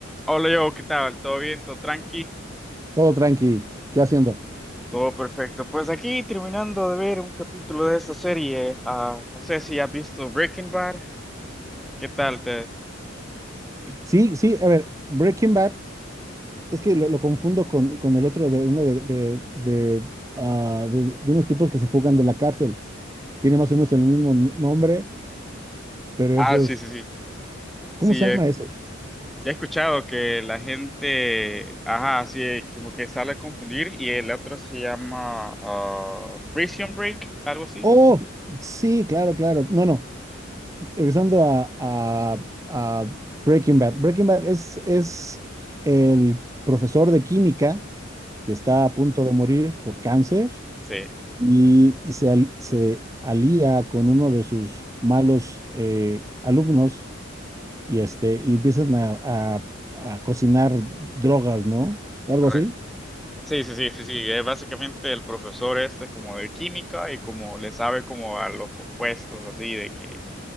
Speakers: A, in the centre; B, on the right.
A: Hola yo, ¿qué tal? ¿Todo bien? ¿Todo tranqui?
B: Todo tranqui. ¿Qué haciendo?
A: Todo perfecto. Pues aquí terminando de ver un capítulo de esta serie. ah, no sé si has visto Breaking Bad. ¿Qué tal? Te...
B: Sí, sí, a ver, Breaking Bad, es que lo, lo confundo con, con el otro de uno de, de, de, ah, de- de unos tipos que se fugan de la cárcel. Tiene más o menos el mismo n- nombre, pero
A: Ah,
B: ese
A: sí,
B: es.
A: sí, sí. Sí,
B: ¿Cómo se
A: he,
B: llama ese?
A: ya he escuchado que la gente, ajá, sí, eh, como que sale a confundir y el otro se llama ah, Prison Break, algo así.
B: Oh, sí, claro, claro. No, no. Regresando a, a- a Breaking Bad. Breaking Bad es, es el profesor de química que está
A: ¿Mm?
B: a punto de morir por cáncer
A: Sí,
B: y se, al- se alía con uno de sus malos eh, alumnos y, este, y empiezan a, a- a cocinar drogas, ¿no? Algo
A: correcto.
B: así.
A: Sí, sí, sí, sí, sí. Es básicamente el profesor este como de química y como le sabe como a los compuestos así de que